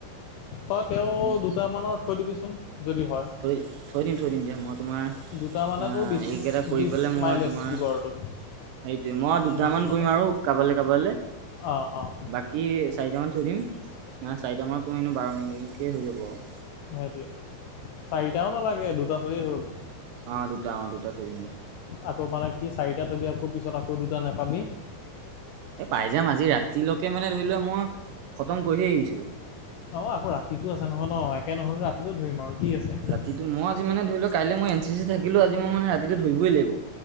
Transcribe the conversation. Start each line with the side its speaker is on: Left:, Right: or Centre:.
Left: তই তেওঁ
Right: তুমি মোক
Left: দুটা মানৰ থৈ দিবিচোন যদি হয়।
Right: থৈ থৈ দিম থৈ দিম দে মই তোমাৰ। আহ
Left: দুটা মানে তোৰ বিছ
Right: এইকেইটা কৰি
Left: বিছ
Right: পেলাই মই
Left: মাইলেজ
Right: তোমাৰ।
Left: দিব আৰু তোক
Right: সেইটোৱে মই দুটামান
Left: বিছ মানৰ
Right: কৰিম আৰু কাবালৈ কাবালৈ
Left: অঁ অঁ
Right: বাক। কি চাৰিটামান থৈ দিম মানে চাৰিটামানত তোমিনো বাৰ মিনিটকৈ হৈ যাব আৰু।
Left: সেইটোৱে চাৰিটাও নালাগে দুটা তোৱে হল।
Right: অ দুটা অ দুটা থৈ দিম।
Left: আকৌ মানে কি চাৰিটা থবি আকৌ পিছত আকৌ দুটা নোপাবি।
Right: এ পাই যাম আজি ৰাতিলৈকে মানে ধৰি লোৱা মই খতম কৰিহে এৰিছো।
Left: হব আকৌ ৰাতিতটো আছে নহয় ন একে নহলে ৰাতিটো ধৰিম আৰু কি আছে।
Right: কিন্তু মই আজি মানে ধৰি লও কাই মই এন চি- চি- থাকিলো আজি মই মানে ৰাটো ধৰিই লাগিব।